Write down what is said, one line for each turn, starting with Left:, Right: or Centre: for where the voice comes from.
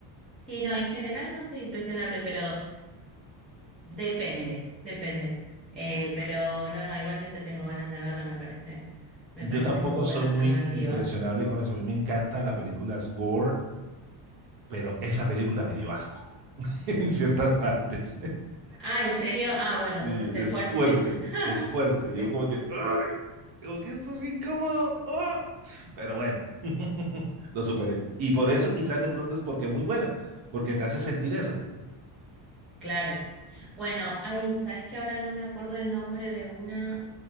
Centre: Sí, no, en general no soy impresionable, pero depende, depende. Eh, pero no, no, igualmente tengo ganas de verla, me parece, me
Right: Yo
Centre: parece
Right: tampoco
Centre: muy buena
Right: soy muy
Centre: alternativa.
Right: impresionable con eso. A mí me encanta las películas gore, pero esa película me dio asco <laughs> en ciertas partes.
Centre: Ah, ¿en serio? Ah, bueno,
Right: Sí,
Centre: entonces es
Right: es
Centre: fuerte.
Right: fuerte, es
Centre: <laughs>
Right: fuerte. Yo
Centre: Es
Right: como
Centre: fuerte.
Right: que, ¡ay! Como que esto es incómodo. ¡ah! Pero bueno, <laughs> lo superé. Y por eso quizás de pronto es porque es muy buena, porque te hace sentir eso.
Centre: Claro. Bueno, ahí, ¿sabes que ahora no me acuerdo el nombre de una